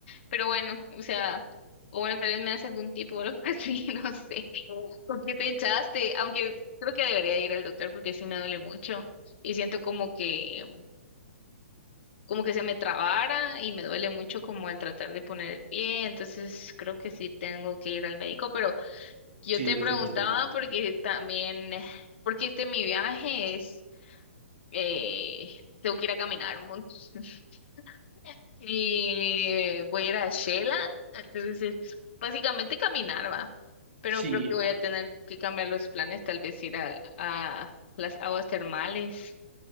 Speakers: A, on the left; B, on the right.
A: Pero bueno, o sea, o bueno, tal vez me hace algún tipo o algo <laughs> así, no sé. ¿Por qué te echaste Aunque creo que debería ir al doctor porque sí me duele mucho y siento como que como que se me trabara y me duele mucho como al tratar de poner el pie, entonces creo que sí tengo que ir al médico, pero yo
B: Sí,
A: te
B: definitivamente.
A: preguntaba porque también eh, porque este mi viaje es eh tengo que ir a caminar un montón <laughs> y eh, voy a ir a Shela, entonces es básicamente caminar, ¿va? pero
B: Sí.
A: creo que voy a tener que cambiar los planes, tal vez ir a, a las aguas termales